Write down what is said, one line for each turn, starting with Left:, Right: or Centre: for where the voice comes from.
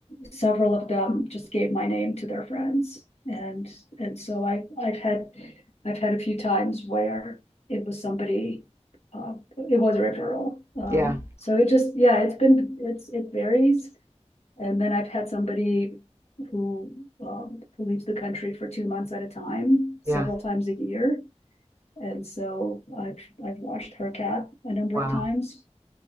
Left: several of them just gave my name to their friends. And, and so I, I've had, I've had a few times where it was somebody, uh, it was a referral. Um,
Right: Yeah.
Left: so it just, yeah, it's been, it's, it varies. And then I've had somebody who, um, who leaves the country for two months at a time, several
Right: Yeah.
Left: times a year. And so I've, I've watched her cat a number
Right: Wow.
Left: of times.